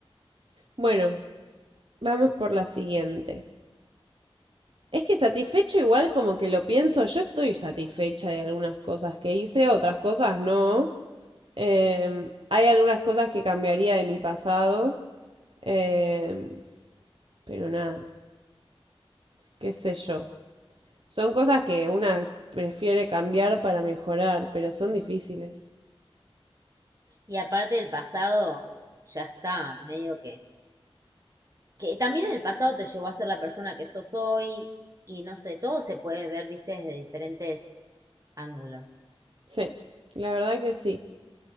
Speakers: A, on the right; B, on the right.
A: Bueno, vamos por la siguiente. Es que satisfecho igual como que lo pienso, yo estoy satisfecha de algunas cosas que hice, otras cosas no. Em, hay algunas cosas que cambiaría de mi pasado, em, pero nada, qué sé yo. Son cosas que una prefiere cambiar para mejorar, pero son difíciles.
B: Y aparte del pasado, ya está, medio que, que también el pasado te llevó a ser la persona que sos hoy, y no sé, todo se puede ver, viste, desde diferentes ángulos.
A: Sí, la verdad que sí.